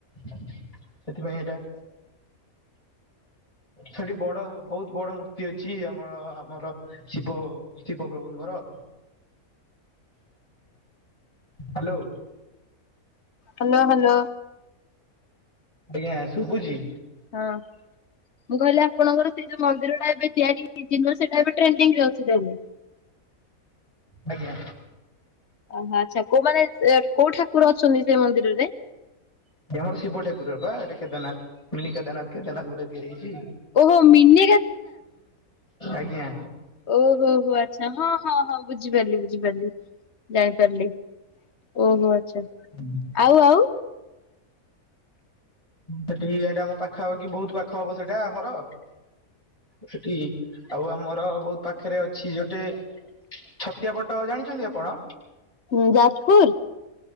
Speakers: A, on the left; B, on the left.
A: ସେଥିପାଇଁ ଏଇଟା। ସେଠି ବଡ ବହୁତ ବଡ ମୂର୍ତ୍ତି ଅଛି, ଆମ ଆମର। ଶିବ ଶିବ ପ୍ରଭୁଙ୍କର। ହାଲୋ।
B: Hello hello.
A: ଆଜ୍ଞା ଶୁଭୁଛି।
B: ହଁ। ମୁଁ କହିଲି ଆପଣଙ୍କ ସେ ଯୋଉ ମନ୍ଦିରଟା ଏବେ ତିଆରି ହେଇଛି, ନୁଆ ସେଇଟା ଏବେ ଟ୍ରେଡିଙ୍ଗରେ ଅଛି ତାହେଲେ।
A: ଆଜ୍ଞା।
B: ଓହୋ ଆଚ୍ଛା କୋଉମାନେ କୋଉ ଠାକୁର ଅଛନ୍ତି ସେ ମନ୍ଦିରରେ?
A: ସେଠି ଆମର ଶିବ ଠାକୁର ବା ଏଟା କେଦାରନାଥ। ମିନି କେଦାରନାଥ କେଦାରନାଥ ଭଳିଆ ତିଆରି ହେଇଛି
B: ଓହୋ ମିନି
A: ଆଜ୍ଞା।
B: ଓ ହୋ ହୋ ଆଛା, ହଁ ହଁ ହଁ ବୁଝିପାରିଲି ବୁଝିପାରିଲି ଜାଣିପାରିଲି। ଓହୋ ଆଚ୍ଛା।
A: ହୁଁ।
B: ଆଉ ଆଉ।
A: ସେଠି ବି ଏଇ ଟା ଆମ ପାଖାପାଖି ବହୁତ ପାଖ ହବ ସେଇଟା ଆମର। ସେଠି ଆଉ ଆମର ବହୁତ ପାଖରେ ଅଛି ଗୋଟେ ‌। ଛତିଆବଟ ଜାଣିଛନ୍ତି ଆପଣ?
B: ହୁଁ ଯାଜପୁର?